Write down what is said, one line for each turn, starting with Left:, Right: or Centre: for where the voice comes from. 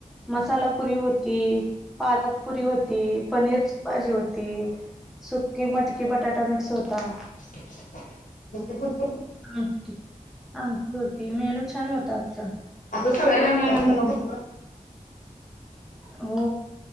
Centre: मसाला पुरी होती, पालक पुरी होती, पनीरची भाजी होती, सुकी मटकी बटाटा मिक्स होता.
Left: <inaudible>
Centre: आमटी आमटी होती, मेनू छान होता आजचा.
Left: आता सगळ्या लग्ना <inaudible>
Centre: हो,